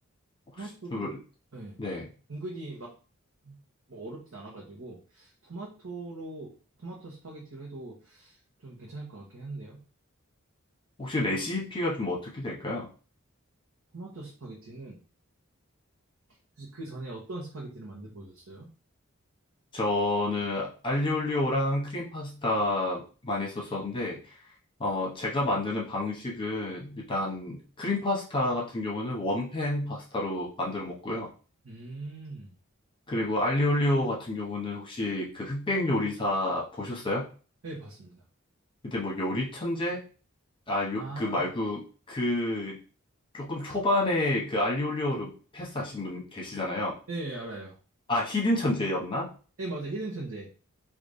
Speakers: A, on the left (about 25°); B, on the right (about 75°).
A: 혹시
B: 토마토도,
A: 좀,
B: 네.
A: 네.
B: 은근히 막, 뭐 어렵진 않아가지고, 토마토로, 토마토 스파게티로 해도 좀 괜찮을 것 같긴 한데요.
A: 혹시 레시피가 좀 어떻게 될까요?
B: 토마토 스파게티는, 혹시 그 전에 어떤 스파게티를 만들어 보셨어요?
A: 저는 알리올리오랑 크림 파스타 많이 썼었는데, 어, 제가 만드는 방식은 일단 크림 파스타 같은 경우는 원팬 파스타로 만들어 먹고요.
B: 음.
A: 그리고 알리올리오 같은 경우는 혹시 그 흑백 요리사 보셨어요?
B: 예, 봤습니다.
A: 그때 뭐 요리 천재? 아, 요,
B: 아,
A: 그 말고 그 조금 초반에 그 알리올리오를 패스하신 분 계시잖아요.
B: 예, 알아요.
A: 아, 히든 천재였나?
B: 예, 맞아요. 히든 천재.